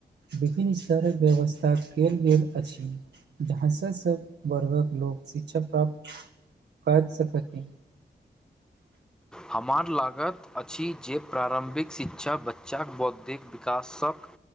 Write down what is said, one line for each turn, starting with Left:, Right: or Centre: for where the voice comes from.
Right: विभिन्न स्तरक व्यवस्था कयल गेल अछि जहाँ सँ सब वर्गक लोक शिक्षा प्राप्त कर सकथि <inaudible>
Centre: हमरा लागत अछि जे प्रारम्भिक शिक्षा बच्चाक बौद्धिक विकासक